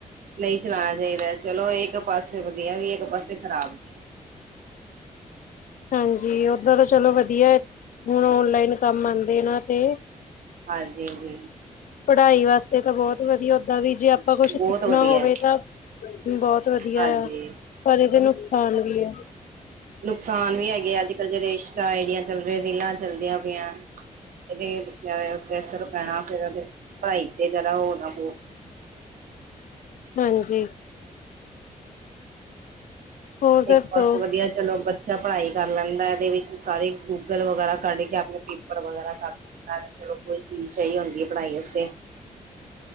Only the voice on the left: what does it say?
ਹਾਂਜੀ ਓਦਾਂ ਤਾਂ ਚਲੋ ਵਧੀਐ। ਹੁਣ ਓਨਲਾਈਨ ਕੰਮ ਆਂਦੇ ਨਾ ਤੇ
ਪੜਾਈ ਵਾਸਤੇ ਤਾਂ ਬੋਹੋਤ ਵਧੀਆ ਓਦਾਂ ਵੀ ਜੇ ਆਪਾਂ ਕੁਛ
ਸਿੱਖਨਾ
ਹੋਵੇ ਤਾਂ ਬੋਹੋਤ ਵਧੀਆ
ਐਯਾ। ਪਰ ਏਦੇ ਨੁਕਸਾਨ ਵੀ ਐ।
ਹਾਂਜੀ। ਹੋਰ ਦੱਸੋ